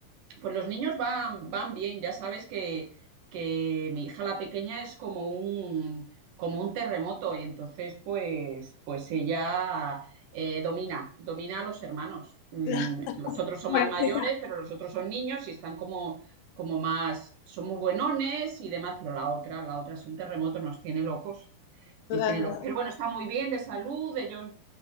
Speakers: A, on the right; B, on the left.
A: Pues los niños van, van bien, ya sabes que, que mi hija la pequeña es como un, como un terremoto y entonces pues, pues ella eh, domina, domina a los hermanos. Mm,
B: Claro,
A: los otros son
B: Bueno,
A: más mayores,
B: sí,
A: pero los otros son niños y están como, como más, son muy buenones y demás, pero la otra, la otra es un terremoto, nos tiene locos,
B: claro.
A: nos tiene locos. Pero bueno, está muy bien de salud, ellos